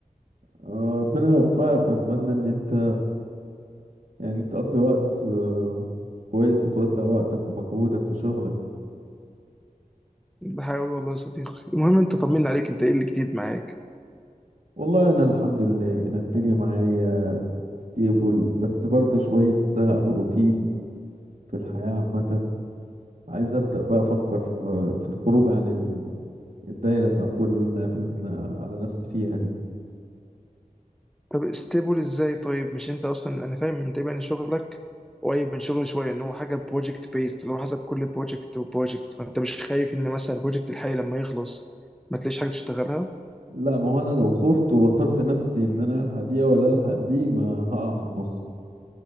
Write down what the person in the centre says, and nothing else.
بحاول والله يا صديقي المهم انت طمنا عليك انت ايه اللي جديد معاك
طب استيبل ازاي طيب مش انت اصلا انا فاهم من تقريبا ان شغلك قريب من شغلي شويه ان هو حاجه بروجكت بيست اللي هو حسب كل بروجكت وبروجكت فانت مش خايف ان مثلا البروجكت الحالي لما يخلص ما تلاقيش حاجه تشتغلها